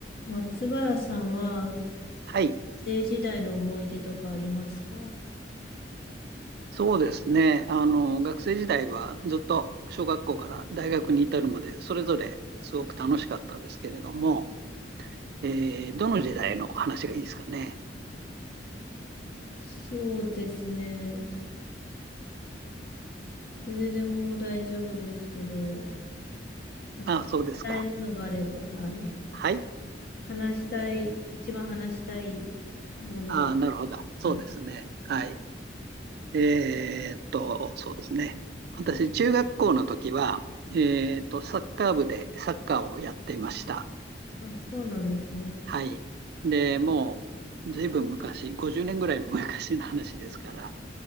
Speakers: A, on the left; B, on the right.
A: 松原さんは、
B: はい、
A: 学生時代の思い出とかありますか
B: そうですね。あの、学生時代はずっと小学校から大学に至るまで、それぞれすごく楽しかったですけれども、えーどの時代の話がいいですかね。
A: そうですね。どれでも大丈夫ですけど、なんか話したいものがあれば、
B: あ、そうですか。
A: はい。
B: はい。
A: 話したい、一番話したいもの、
B: あ、なるほど。そうですね。
A: はい。
B: はい。えーっと、そうですね。私、中学校の時は、えーっと、サッカー部でサッカーをやっていました。
A: あ、そうなんですね。
B: はい。で、もう、ずいぶん昔、50年ぐらい昔の話ですから、